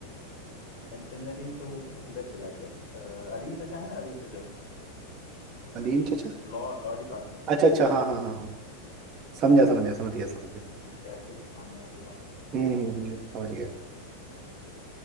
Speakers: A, on the left (about 35°); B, on the right (about 35°).
A: सेंटेनरी तो बहुत इधर चला गया अ, अलीम चचा है ना अलीम चचा
B: अलीम चचा
A: Law law department
B: अच्छा अच्छा हाँ हाँ हाँ हाँ समझा
A: तो
B: समझा समझ
A: उस
B: गया समझ गया
A: उस कैफे के सामने वाले लॉन में
B: हम्म हम्म हम्म, समझ गया